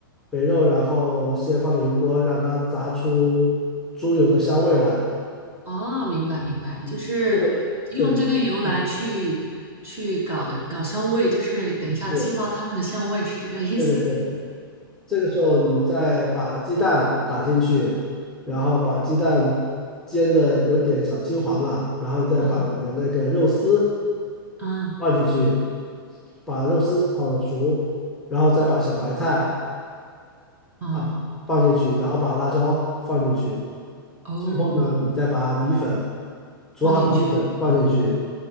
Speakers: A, in the centre; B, on the right (about 20°).
A: 肥肉，然后先放到油锅，让它炸出猪油的香味来。
B: 哦，明白明白，
A: 嗯，
B: 就是用这个油来去去搞搞香味，
A: 这个对，嗯
B: 就是等一下激发他们的香味，
A: 是，
B: 是这个意思？
A: 对对对。这个时候你再把鸡蛋打进去，
B: 哦，
A: 然后把鸡蛋煎的有点小金黄了，然后你再把你的那个肉丝
B: 啊啊
A: 放进去，把肉丝炒熟，然后再把小白菜。
B: 哦，
A: 啊，放进去，然后把辣椒放进去，
B: 哦
A: 最后呢，你再把米粉煮好的米粉放进去，
B: 放进去，